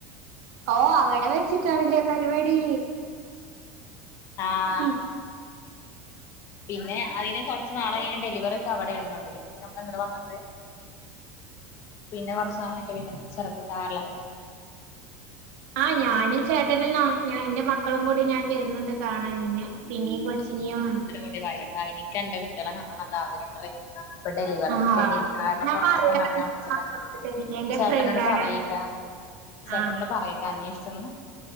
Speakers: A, on the right (about 65°); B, on the left (about 35°).
A: ഓഹ് അവിടെ വെച്ചിട്ടാണല്ലേ പരിപാടി
B: ആഹ്
A: ഉം
B: പിന്നെ അതിന് കുറച്ച് നാളായി ഡെലിവറി ഒക്കെ അവിടെ വന്നണ്ട് നമ്മൾ ഇങ്ങടെ വന്നട്ട് പിന്നെ കുറച്ച നാളൊക്കെ പിന്നെ ചെറത് ത <unintelligible>
A: ആ ഞാനും ചേട്ടനും എന്റെ മക്കളും കൂടി ഞാൻ വരുന്നുണ്ട് കാണാൻ നിന്നെ നിന്നിയും പൊച്ചിനിയും <unintelligible>
B: ഒരു വയസ്സായി ഇക് അന്റെ കുട്ടികളെ കാനണമ്ന്നു നല്ല ആഗ്രഹണ്ടടീ ഇപ്പ ഡെലിവറികെ
A: ആ
B: കഴിഞ്ഞിരിക്ക കാരണം
A: ഞാൻ
B: പുറത്തൊകൊന്നും
A: പറയാറുണ്ട്
B: ഇറങ്ങാൻ പറ്റില്ല
A: എന്റെ
B: ചേട്ടനോട്
A: ഫ്രണ്ടാണ്
B: പറയ ട്ടോ ചേട്ടനോട്
A: ആ
B: പറയ്ട്ടോ അന്വേഷിച്ചന്ന്